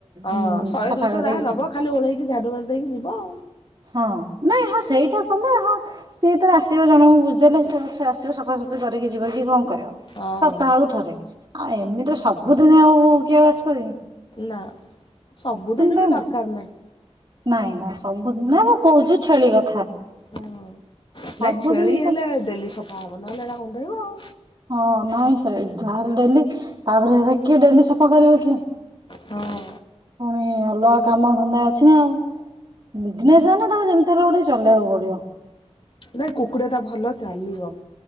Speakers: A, on the left; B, on the right.
A: ହଁ
B: ଉଁ
A: ଶହେ
B: ସଫା
A: ଦୁଇଶହ
B: କରିଦେଇ
A: ଯାହା
B: ଯିବ
A: ନବ ଖାଲି ଓଳେଇକି ଝାଡୁ ମାରି ଦେଇକି ଯିବ ଆଉ।
B: ହଁ। ନାଇଁ ହଁ ସେଇଟା କଲେ ହଁ। ସିଏତାର ଆସିବ ଜଣଙ୍କୁ ବୁଝିଦେଲେ ସିଏ ପଛେ ଆସିବ ସଫାସଫି କରିକି ଯିବ କି କ କରିବ।
A: ହଁ
B: ସପ୍ତାହକୁ ଥରେ। ଆଉ ଏମିତି ରେ ସବୁଦିନ ଆଉ କିଏ ଆସିପାରିବକି?
A: ନାଁ। ସବୁଦିନି
B: ପାଇଁ
A: ବି ଦକ୍ରାର ନାହିଁ।
B: ନାଇଁ ନାଇଁ ସବୁଦିନି ନା ମୁଁ କହୁଛିୁ ଛେଳି କଥା।
A: ହଁ।
B: ସବୁଦିନ
A: ନାଇଁ ଛେଳି ହେଲେ
B: ପାଇଁ
A: ଡେଲି ସଫା ହବ ନହେଲେ ଏଟା ଗଧେଇ ବ ଆଉ।
B: ହଁ ହଁ ନାଇଁ ସେହି ଯାହା ହେଲେ ଡେଲି। ତାପରେ ଏଗୁରା କିଏ ଡେଲି ସଫା କରିବ କିଏ?
A: ହଁ।
B: ପୁଣି ଅଲଗା କାମ ଧନ୍ଦା ଅଛି ନା ଆଉ। ବିଜନେସ୍
A: ସେୟା
B: ହେନେ ତାଙ୍କ ଯେମିତି ହେଲେ ଗୋଟେ ଚଲେଇବାକୁ ପଡିବ।
A: ନାଇ କୁକୁଡ଼ା ଟା ଭଲ ଚାଲିବ।